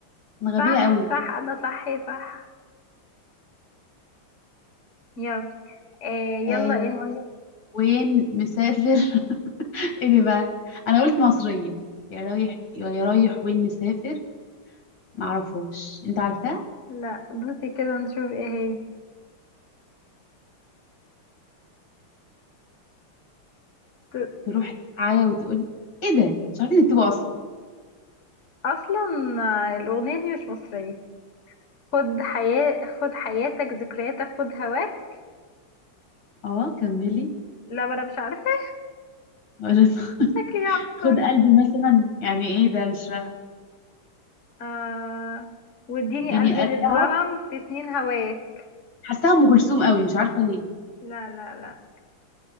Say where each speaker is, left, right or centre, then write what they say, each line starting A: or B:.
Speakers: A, on the left; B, on the left.
A: انا
B: صح
A: غبية قوي
B: صح انا صحي صح يلا آه يلا
A: آه يا
B: انت
A: رايح وين مسافر ايه ده بقى انا قلت مصريه يا رايح يا رايح وين مسافر معرفهاش انت عارفاه
B: لا بصي كده نشوف ايه هي ت-
A: تروح تعيا وتقول ايه ده مش عارفه انك تبقى اصلا
B: اصلا آه، الاغنيه دي مش مصريه خد حياة خد حياتك ذكرياتك خد هواك
A: اه كملي
B: لا ما انا مش عارفه
A: ولا <laughs>
B: شكلي هخسر
A: خد قلبي مثلا يعني ايه ده مش فاهمه
B: آه واديني
A: اديني
B: قلبي
A: قلبي
B: اللي اتظلم
A: اهو
B: في سنين هواك
A: حاساها ام كلثوم قوي مش عارفه ليه
B: لا لا لا